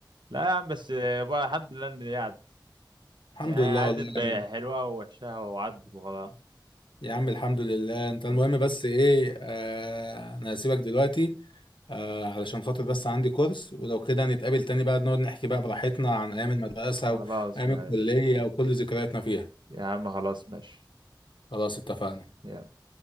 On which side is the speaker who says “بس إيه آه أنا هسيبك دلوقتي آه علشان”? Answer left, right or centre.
Left